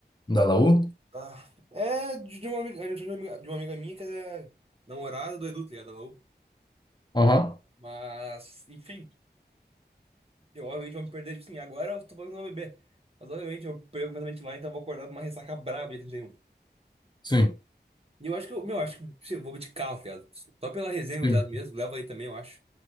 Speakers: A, on the left (about 25°); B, on the right (about 35°).
A: Da Laú?
B: Ah, é de de uma amiga, é de uma amiga, de uma amiga minha que é namorada do Edu, tá ligado? Da Laú.
A: Aham.
B: Mas, enfim, eu obviamente vou me perder, tipo assim, agora eu tô falando que não vou beber. Mas, obviamente, eu perco completamente lá, então eu vou acordar numa ressaca braba dia 31.
A: Sim.
B: E um. E eu acho que, eu, meu, eu acho que, sim, eu vou de carro, tá ligado? Só pela resenha, gurizada,
A: Sim.
B: mesmo. Leva aí também, eu acho.